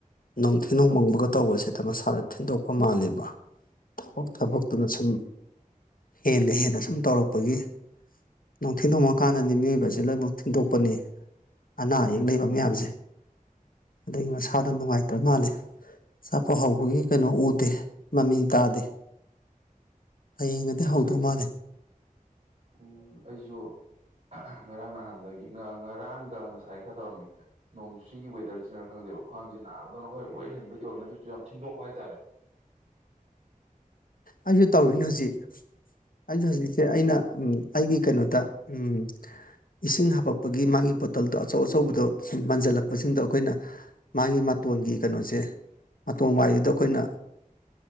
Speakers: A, on the left; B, on the right.
A: ꯅꯣꯡꯊꯤ ꯅꯣꯡ ꯃꯪꯕꯒ ꯇꯧꯕꯁꯤꯗ ꯃꯁꯥꯅ ꯊꯤꯟꯗꯣꯛꯄ ꯃꯥꯜꯂꯦꯕ ꯊꯕꯛ ꯊꯥꯕꯛꯇꯨꯅ ꯁꯨꯝ ꯍꯦꯟꯅ ꯍꯦꯟꯅ ꯁꯨꯝ ꯇꯧꯔꯛꯄꯒꯤ ꯅꯨꯡꯊꯤꯟ ꯊꯣꯡꯉꯀꯥꯟꯗꯗꯤ ꯃꯤꯑꯣꯏꯕꯁꯦ ꯂꯣꯏꯅꯃꯛ ꯊꯤꯟꯗꯣꯛꯄꯅꯤ ꯑꯅꯥ ꯑꯌꯦꯛ ꯂꯩꯕ ꯃꯌꯥꯝꯁꯦ ꯑꯗꯨꯒꯤ
B: ꯎꯝ
A: ꯃꯁꯥꯗꯣ ꯅꯨꯡꯉꯥꯏꯇ꯭ꯔ ꯃꯥꯜꯂꯦ ꯆꯥꯛꯄ ꯍꯧꯕꯒꯤ ꯀꯩꯅꯣ ꯎꯗꯦ ꯃꯃꯤ ꯇꯥꯗꯦ ꯍꯌꯦꯡꯉꯗꯤ ꯍꯧꯗꯧ
B: ꯑꯩ
A: ꯃꯥꯜꯂꯦ
B: ꯎꯝ ꯑꯩꯁꯨ ꯉꯔꯥꯡ ꯅꯍꯥꯟꯗꯒꯤ ꯉꯔꯥꯡꯒ ꯉꯁꯥꯏ ꯈꯔ ꯇꯧꯔꯝꯃꯦ ꯅꯣꯡꯁꯤꯒꯤ ꯋꯦꯗꯔꯁꯤꯅꯔ ꯈꯪꯗꯦꯕ ꯈ꯭ꯋꯥꯡꯁꯦ ꯅꯥꯕꯗꯧꯅ ꯍꯣꯏ ꯋꯦꯔ ꯍꯦꯟꯕꯩ ꯌꯧꯔꯅꯦ ꯑꯗꯨꯁꯨ ꯌꯥꯝ ꯊꯤꯟꯗꯣꯛ ꯄꯥꯏꯇꯥꯔꯦ
A: ꯑꯩꯁꯨ ꯇꯧꯔꯤꯅꯦ ꯍꯧꯖꯤꯛ ꯑꯩꯁꯨ ꯍꯧꯖꯤꯛꯁꯦ ꯑꯩꯅ ꯑꯩꯒꯤ ꯀꯩꯅꯣꯗ ꯎ ꯏꯁꯤꯡ ꯍꯥꯄꯛꯄꯒꯤ ꯃꯥꯒꯤ ꯕꯣꯇꯜꯗꯣ ꯑꯆꯧ ꯑꯆꯧꯕꯗꯣ ꯃꯟꯖꯜꯂꯛꯄꯁꯤꯡꯗꯣ ꯑꯩꯈꯣꯏꯅ ꯃꯥꯒꯤ ꯃꯇꯣꯟꯒꯤ ꯀꯩꯅꯣꯁꯦ ꯃꯇꯣꯟ ꯋꯥꯏꯗꯨꯗ ꯑꯩꯈꯣꯏꯅ